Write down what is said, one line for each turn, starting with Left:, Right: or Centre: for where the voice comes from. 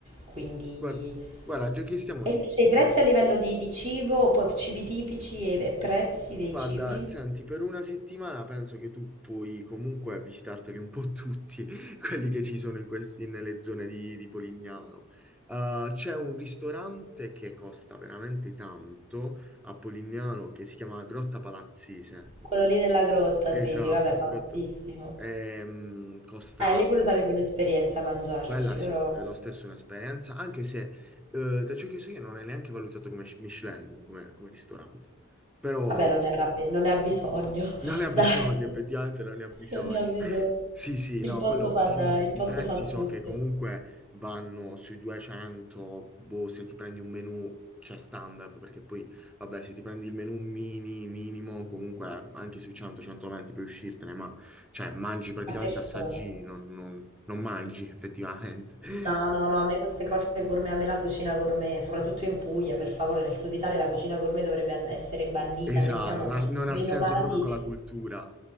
Right: quindi...
Centre: Guarda, guarda, già che stiamo,
Right: E
Centre: ti,
Right: invece i prezzi
Centre: ti-
Right: a livello di, di cibo, poi cibi tipici e, e prezzi dei
Centre: Guarda,
Right: cibi?
Centre: senti, per una settimana penso che tu puoi comunque visitarteli un po' tutti, <laughs> quelli che ci sono in questi, nelle zone di, di Polignano. Uh, c'è un ristorante che costa veramente tanto a Polignano che si chiama Grotta Palazzese.
Right: Quello lì della grotta,
Centre: Esatto,
Right: sì, sì, vabbè, famosissimo.
Centre: Grotta ehm, Costa,
Right: Eh, lì pure sarebbe un'esperienza mangiarci,
Centre: quella sì,
Right: però
Centre: è lo stesso un'esperienza, anche se eh, da ciò che so io non è neanche valutato come Michelin, come, come ristorante, però
Right: vabbè, non ne avrà bi- non ne ha bisogno, <laughs>
Centre: non ne ha
Right: dai,
Centre: bisogno, effettivamente non ne ha bisogno.
Right: non ne ha bisogno.
Centre: <laughs> Sì, sì,
Right: Il
Centre: no,
Right: posto
Centre: quello,
Right: fa,
Centre: diciamo,
Right: da- il posto
Centre: i prezzi
Right: fa tutto,
Centre: so che comunque vanno sui 200, boh, se ti prendi un menù, cioè standard, perché poi, vabbè, se ti prendi il menù mini, minimo, comunque anche sui 100-120 puoi uscirtene, ma, cioè, mangi praticamente
Right: a persone.
Centre: assaggini, non, non- non mangi effettivamente. <laughs>
Right: No, no, no, a me queste cose gourmet, a me la cucina gourmet, soprattutto in Puglia, per favore, nel sud Italia la cucina gourmet dovrebbe an- essere bandita.
Centre: Esatto,
Right: Noi siamo
Centre: non ha, non ha
Right: rinomati
Centre: senso proprio con la cultura